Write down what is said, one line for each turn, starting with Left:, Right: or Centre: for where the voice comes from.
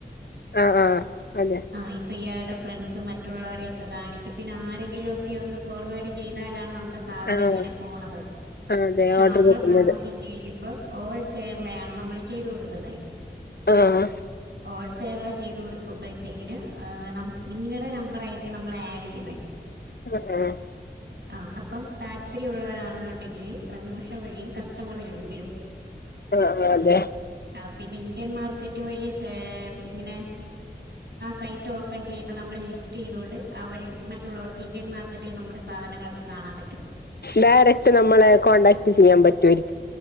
Left: ആഹ് ആഹ് അതെ
Right: ആഹ് ഇപ്പം ഇയാളുടെ ഫ്രണ്ട്സും മറ്റുള്ള വരെക്കെ കാണിച്ച് പിന്നെ ആരെങ്കിലും ഒക്കെ ഒന്ന് ഫോർവേഡ് ചെയ്താലാണ് നമ്മടെ സാധനം
Left: ആ
Right: അങ്ങനെ പോണത്
Left: ആ അതെ
Right: പക്ഷെ
Left: ഓർഡർ
Right: നമ്മള്
Left: കിട്ടുന്നത്
Right: പ്രമോഷൻ ചെയ്യുമ്പം ഓൾ കേരളയാണ് നമ്മൾ ചെയ്ത് കൊടുക്കുന്നത്
Left: ആഹ്
Right: ഓൾ കേരള ചെയ്ത് കൊടുക്കുമ്പോഴത്തേക്കിന് നിങ്ങളുടെ നമ്പറ് ആയിരിക്കും നമ്മള് ആഡ്യ്യുന്നെ
Left: <unintelligible> ഏഹ്
Right: ആഹ് അപ്പം താല്പര്യം ഉള്ളവരാണെന്നുണ്ടെങ്കില് പ്രേമോഷൻ വഴിയും കസ്റ്റമറുകള വിവരും
Left: ആ അതെ
Right: ആഹ് പിന്നെ ഇന്ത്യൻ മാർക്കറ്റ് വഴി സെ ഇങ്ങനെ സൈറ്റ് ഓപ്പൺ ചെയ് ഇപ്പ നമ്മൾ ലിസ്റ്റ് ചെയ്തുകൊണ്ട് അവര് മറ്റുള്ളവർക്ക് ഇന്ത്യൻ മാർക്കറ്റിൽ നമ്മുടെ സാധനങ്ങളൊക്കെ കാണാൻ പറ്റും
Left: ഡയറക്ട് നമ്മെളെ കോൺടാക്ട് ചെയ്യാൻ പറ്റ്യാരിക്കും.